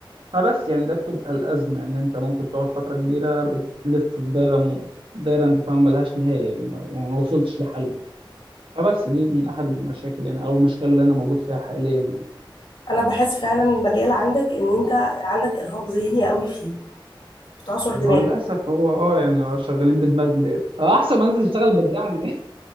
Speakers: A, on the right; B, on the left.
A: فبس يعني ده بتبقى الأزمة ان انت ممكن تقعد فترة كبيرة بتلف في دايرة م... دايرة انت فاهم ملهاش نهاية يعني ما- وما وصلتش لحل فبس دي من أحد المشاكل يعني أو المشكلة اللي أنا موجود فيها حاليا يعني
B: انا بحس فعلا المجال عندك ان انت عندك ارهاق ذهني قوي فيه بتعصر دماغك
A: هو للأسف هو اه يعني هو شغالين بدماغنا يعني هو أحسن ما أنزل أشتغل بدراعنا <laughs>